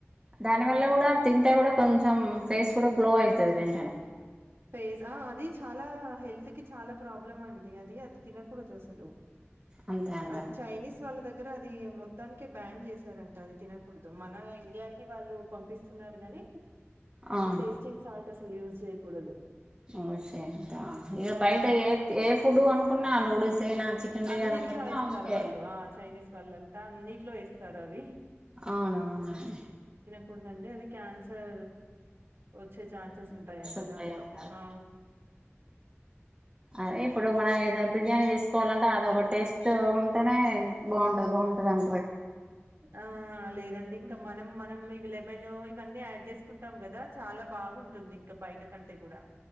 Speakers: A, on the right; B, on the right.
A: దాని వల్ల కూడా తింటే కూడా కొంచెం ఫేస్ కూడా గ్లో అవుతుంది వెంటనే
B: ఫేస్ ఆ అది చాలా హెల్త్ కి చాలా ప్రాబ్లం అండి అది అది తినకూడదు అసలు
A: అంతే అంటారు
B: అద్ చైనిస్ వాల దగ్ దగ్గర అది మొత్తానికే బ్యాన్ చేశారంట అది తినకూడదు మన ఇండియాకి వాళ్ళు పంపిస్తున్నారు గాని
A: అవును
B: టేస్టింగ్ సాల్ట్ అసలు యూస్ చేయకూడదు
A: ఓ చేయొద్ ఇక బయట ఏ తె ఏ ఫుడ్ కొనుకున్న నూడిల్స్ అయినా చికెన్ బిర్యానీ
B: అన్నిట్లో
A: మొత్తం
B: వేస్తారు
A: అవే
B: వాళ్ళు ఆ చైనీస్ వాళ్ళంతా అన్నిట్లో వేస్తారు అవి
A: అవునవును అండి
B: కూడదండి అది క్యాన్సర్ వచ్చే ఛాన్సెస్ ఉంటాయంట
A: ఉంటాయి
B: దాంతో
A: అంటారు
B: ఆ
A: అదే ఇప్పుడు మనం ఏదైనా బిర్యానీ తీసుకోవాలంటే అది ఒక టేస్ట్ ఉంటేనే బాగుంటది బాగుంటది అం
B: ఆ లేదండి ఇంకా మనం మనం ఇవి లెమైన్ ఇవన్నీ యాడ్ చేసుకుంటాం కదా చాలా బాగుంటుంది ఇంకా బయట కంటే కూడా